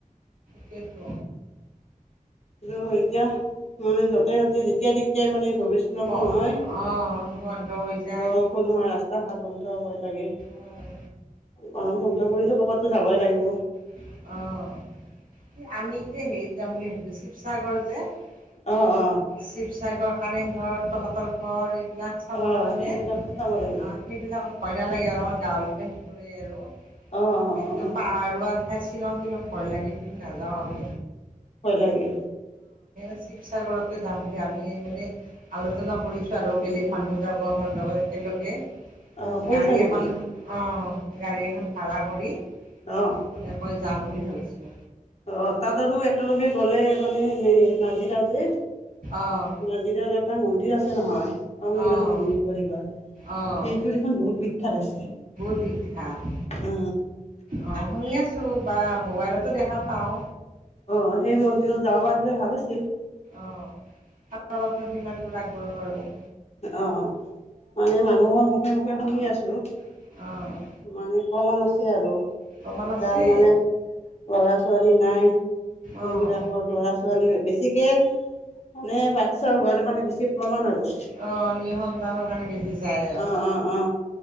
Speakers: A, on the right; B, on the left.
A: সেইটোৱেতো।
B: কিন্ত এতিয়া। মানে যতে যতে যেতিয়াই তেতিয়াই মানে <unintelligible>
A: অঁ
B: হয়
A: অঁ বন্ধ হৈ যায়
B: বৰষুণ হয় ৰাস্তা <unintelligible> বন্ধ হই লাগে
A: অঁ
B: গৰম বন্ধ বুলি ক'বাত তো যাবই লাগিব।
A: অ', আমিতো হেৰিত যাম বুলি ভাবিছিলো শিৱসাগৰ যে।
B: অঁ অঁ
A: শিৱসাগৰ কাৰেংঘৰ তলাতল ঘৰ এইব সেইবিলাক চাবৰ
B: অঁ
A: কাৰণে
B: সেইবিলাকো চাব লাগে
A: অ', সেইবিলাকত ভয় নালাগে অলপমান গাঁৱ আৰু
B: অঁ অঁ
A: কিন্তু
B: অঁ
A: পাহাৰ খাই শিলং তিলং ভয় লাগি এই পিনে নাযাওঁ অঁ'
B: ভয় লাগে
A: স শিৱসাগৰত যাম বুলি আমি মানে আলোচনা কৰিছো আৰু বেলেগ মানুহ যাব আমাৰ লগত একেলগে
B: অঁ কৰিছা
A: গাড়ী
B: নেকি
A: এখন অ', ' গাড়ী এখন ভাড়া কৰি।
B: অ',
A: এনেকৈ যাম বুলি ভাবিছোঁ।
B: অ', তাত আৰু একেলগে গ'লে মানে নাজিৰা যে
A: অ'
B: নাজিৰত এটা মন্দিৰ আছে নহয় অগ্নিৰাম
A: অ'
B: মন্দিৰ বুলি কয় সেইটো
A: অ'
B: দেখোন বহুত বিখ্যাত আছে।
A: বিঘাৰ
B: অ
A: অ', শুনি আছো বা মোবাইলতো দেখা পাও
B: অ' সেই মন্দিৰত যাব পাৰিলে ভাল আছিল।
A: অ' বছৰ কিমান দ আগবঢ় বাৰু <unintelligible>
B: অ' মানে মানুহৰ মুখে মুখে শুনি আছো
A: অ'
B: মানে প্ৰমাণ আছে আৰু
A: প্ৰমাণ আছে
B: তাৰ মানে লৰা ছোৱালী নাই সেইবিলাকৰ
A: অ'
B: ল'ৰা ছোৱালী বেছিকে মানে বাতচ্ছা হোৱাৰ কাৰণে বেছি প্ৰমাণ আৰু।
A: অ' নি সন্তানৰ কাৰণে বেছি যায় আৰু
B: অ অ অ